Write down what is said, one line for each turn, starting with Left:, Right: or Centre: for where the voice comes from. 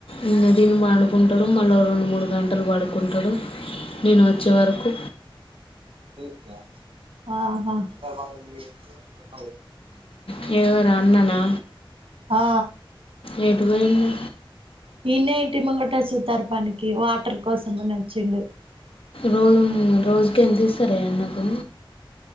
Left: ఇంగ తిని <unintelligible> కుంటడు మల్లో రొండు, మూడు గంటలు పడుకుంటడు. నేన్ వచ్చే వరకు
Right: ఆహ
Left: మ్ఎవర్ అన్ననా
Right: ఆ
Left: ఏ ఎటు పోయింది
Right: ఈడ్నే ఇంటి ముంగట చూత్తార్ పనికి వాటర్ కోసమని అచ్చిండు.
Left: రోజు రోజుకెంతిస్తరే అన్నకు